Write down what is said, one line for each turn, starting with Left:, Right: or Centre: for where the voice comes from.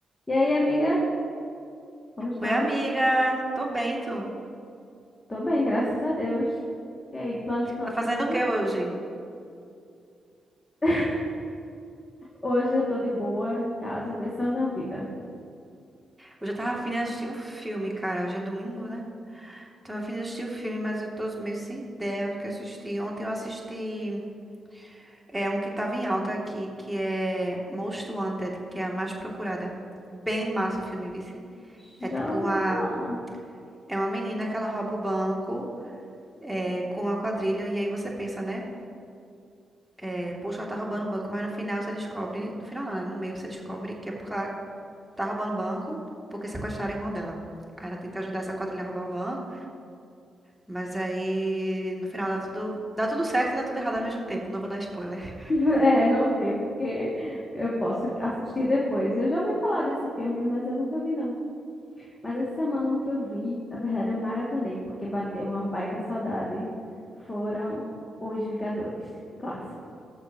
Left: E aí, amiga? Como estão?
Centre: Oi, amiga. Tô bem, tu?
Left: Tô bem, graças a Deus. E aí, planos pro final
Centre: Tá
Left: de
Centre: fazendo
Left: semana?
Centre: o que hoje?
Left: <laughs> Hoje eu tô de boa em casa, pensando na vida.
Centre: Hoje eu tava afim de assistir um filme, cara. Hoje é domingo, né? Tava afim de assistir um filme, mas eu tô meio sem ideia do que assistir. Ontem eu assisti é, um que tava em alta aqui, que é Most Wanted, que é a mais procurada. Bem massa o filme, vice.
Left: Já
Centre: É tipo
Left: ouvi
Centre: uma...
Left: falar.
Centre: É uma menina que ela rouba o banco é, com uma quadrilha. E aí você pensa, né? É, poxa, ela tá roubando o banco. Mas no final você descobre... No final não, né? No meio você descobre que é porque ela tá roubando o banco porque sequestraram a irmã dela. Aí ela tenta ajudar essa quadrilha a roubar o banco, mas aí no final dá tudo, dá tudo certo e dá tudo errado ao mesmo tempo. Não vou dar spoiler. <laughs>
Left: <laughs> É, não dê, porque eu posso assistir depois. Eu já ouvi falar desse filme, mas eu nunca vi, não. Mas essa semana um que eu vi, na verdade eu maratonei, porque bateu uma baita saudade. Foram Os Vingadores, clássico.